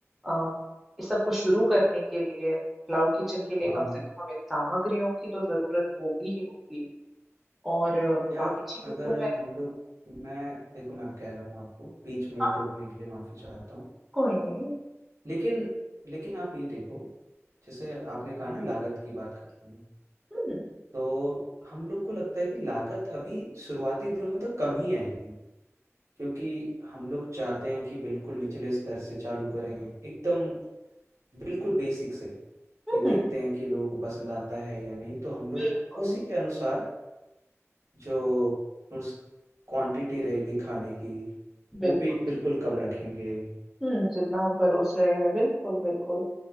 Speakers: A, in the centre; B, on the right.
A: अम इस सब को शुरू करने के लिए क्लाउड किचन के लिए
B: हाँ
A: कम
B: हाँ।
A: से कम हमें सामग्रियों की तो जरूरत होगी ही होगी और अ,
B: यार
A: बाकी चीजें
B: अगर
A: तो मैं
B: हम लोग मैं देखो मैं अब कह रहा हूँ आपको बीच में
A: हाँ
B: टोकने के लिए माफी चाहता हूँ
A: कोई नहीं
B: लेकिन लेकिन आप ये देखो जैसे आपने कहा ना लागत की बात करते हैं
A: हम्म
B: तो हम लोग को लगता है कि लागत अभी शुरुआती दिनों में तो कम ही आएगी क्योंकि हम लोग चाहते हैं कि बिल्कुल निचले स्तर से चालू करें एकदम बिल्कुल बेसिक से
A: हम्म
B: कि देखते हैं कि लोगों को पसंद आता है या नहीं तो हम लोग
A: बिल्कुल
B: उसी के अनुसार जो उस क्वांटिटी रहेगी खाने की
A: बिल्कुल
B: वो भी बिल्कुल कम रखेंगे
A: हम्म जितना हम परोस रहे हैं बिल्कुल बिल्कुल